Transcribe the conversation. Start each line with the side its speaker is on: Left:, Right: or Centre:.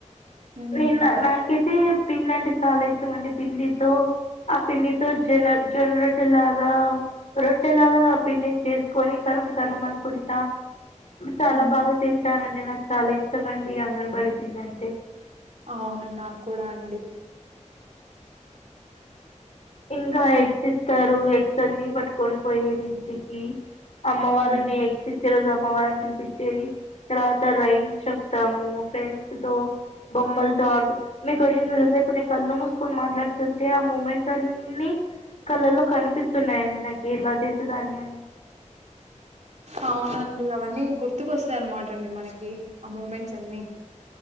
Right: హ్మ్
Left: నేను నాకైతే పిండి అంటే చాలా ఇష్టం అండి పిండితో ఆ పిండితో జొన్న జొన్నరొటెలాగా రొట్టెలాగా ఆ పిండిని చేసుకొని కరం కరం అనుకుంటా చాలా
Right: హ్మ్
Left: బాగా తింటానండి నాకు చాలా ఇష్టండి అంగన్వాడీ పిండి అంటే
Right: అవును నాకు కూడా అండి
Left: ఇంకా ఎగ్స్ ఇస్తారు ఎగ్స్ అన్ని పట్టుకొని పోయేది ఇంటికి అమ్మ వాళ్ళని
Right: ఉమ్
Left: ఎక్సీ జలాగా అమ్మవారిని పిలిపించేది తర్వాత రైండ్స్ చెప్తాము ఫ్రెండ్స్ తో బొమ్మలతో ఆడు నీకు ఓ విషయం తెలుసా కళ్ల్లో మూసుకొని మాట్లాడుతుంటే ఆ మూమెంట్ అన్నిీ కళల్లో కనిపిస్తున్నాయండి నాకు ఇలా చేసేదాన్ని అని
Right: అవునండి అవన్నీ గుర్తుకు వస్తాయ అన్నమాట అండి మనకి ఆ మూమెంట్స్ అన్నిీ